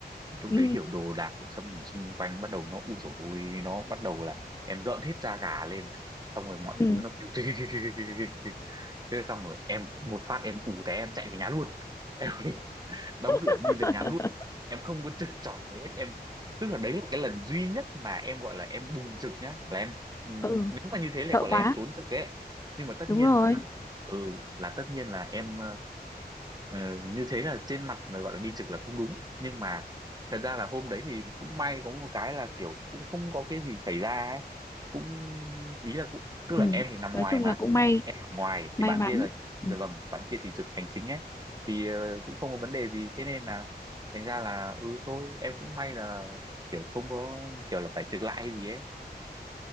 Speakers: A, on the right (about 25°); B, on the left (about 15°).
A: Thì lúc
B: ừ,
A: đấy kiểu đồ đạc xong rồi xung quanh bắt đầu nó u dồi ôi, nó bắt đầu là em rợn hết da gà lên xong rồi mọi
B: ừ,
A: thứ nó kêu kêu kêu kêu kêu kêu kêu kêu. <laughs> thế xong rồi em một phát em ù té em chạy về nhà luôn <laughs> em đóng cửa
B: <laughs>
A: em đi về nhà luôn em không có trực trọt gì hết em tức là đấy là cái lần duy nhất mà em gọi là em bùng trực nhá là em
B: ừ,
A: nếu mà như thế là
B: sợ
A: gọi
B: quá.
A: là em trốn trực ấy nhưng mà tất
B: Đúng
A: nhiên
B: rồi.
A: là ừ là tất nhiên là em ờ, Ờ, như thế là trên mặt là gọi là đi trực là không đúng nhưng mà thật ra là hôm đấy thì cũng may có một cái là kiểu cũng không có cái gì xảy ra ấy. cũng ý là cũng tức là
B: Ừ,
A: em thì nằm ngoài
B: nói chung
A: mà
B: là cũng
A: nên
B: may,
A: em ở ngoài
B: may
A: thì bạn
B: mắn.
A: kia là dạ
B: Ừ.
A: vâng bạn kia thì trực hành chính ấy thì ờ, cũng không có vấn đề gì thế nên là thành ra là ừ thôi em cũng may là kiểu không có kiểu là phải trực lại hay gì ấy